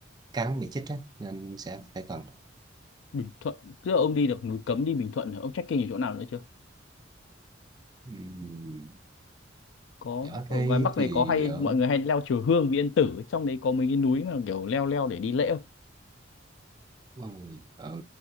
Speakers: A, on the right (about 20°); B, on the left (about 70°).
A: cá bị chích á nên sẽ phải cần
B: Bình Thuận tức là ông đi được núi Cấm đi Bình Thuận rồi, ông check-in ở chỗ nào nữa chưa
A: Ừm,
B: có
A: ở
B: ở
A: đây
B: ngoài Bắc này
A: thì
B: có hay
A: ở
B: mọi người hay leo chùa Hương Vị Yên Tử ấy, trong đấy có mấy cái núi mà kiểu leo leo để đi lễ không?
A: ờ, ở